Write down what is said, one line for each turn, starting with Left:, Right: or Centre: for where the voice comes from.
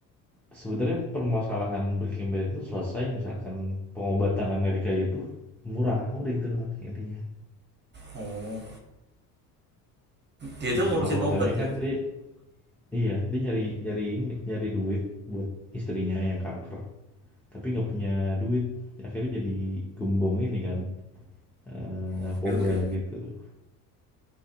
Centre: Sebenarnya permasalahan Breaking Bad itu selesai misalkan pengobatan Amerika itu murah, udah itu doang intinya.
Right: Oh, dia itu
Centre: Isi
Right: ngurusin
Centre: tokoh
Right: obat
Centre: utamanya
Right: ya.
Centre: kan dia iya, dia nyari nyari nyari duit buat istrinya yang kanker, tapi nggak punya duit. Akhirnya jadi gembong ini kan Eee, narkoba
Right: Oke, oke.
Centre: gitu.